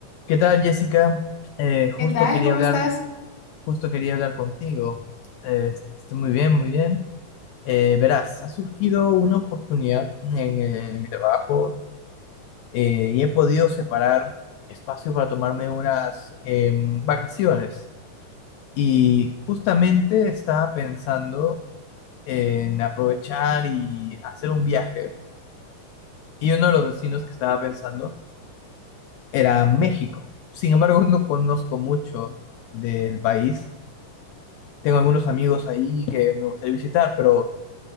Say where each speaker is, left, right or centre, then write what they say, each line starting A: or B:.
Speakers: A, on the left (about 85°); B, on the left (about 65°).
A: ¿Qué tal, Jessica? Eh, justo
B: ¿Qué tal?
A: quería
B: ¿Cómo
A: hablar,
B: estás?
A: justo quería hablar contigo. Eh, estoy muy bien, muy bien. Eh, verás, ha surgido una oportunidad en, eh, en mi trabajo eh, y he podido separar espacio para tomarme unas em, vacaciones. Y justamente estaba pensando en aprovechar y hacer un viaje. Y uno de los destinos que estaba pensando era México. Sin embargo, <laughs> no conozco mucho del país. Tengo algunos amigos ahí que me gustaría visitar, pero